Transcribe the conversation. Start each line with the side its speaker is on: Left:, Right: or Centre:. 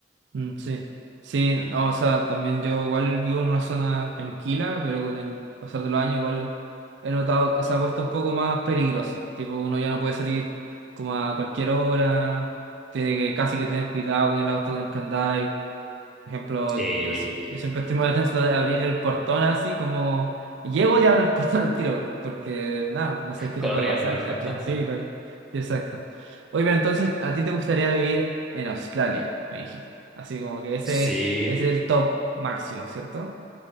Right: Mm, sí, sí, no, o sea, también yo igual vivo en una zona tranquila, pero con el pasar de los años igual he notado, que se ha puesto un poco más peligrosa, tipo uno ya no puede salir como a cualquier hora, tiene que casi que tener cuidado con el auto, con el candado, por ejemplo,
Centre: Eh,
Right: yo, si- yo siempre estoy muy atento de abrir el portón así como llego y abro el <laughs> portón al tiro, porque nada, no sé qué
Centre: corriendo.
Right: te puede pasar, ¿cachai?
Centre: <laughs>
Right: Sí, lo- exacto. Oye, pero entonces, ¿a ti te gustaría vivir en Australia? Me dijiste. Así como que ese,
Centre: Sí,
Right: ese es el top máximo, ¿cierto?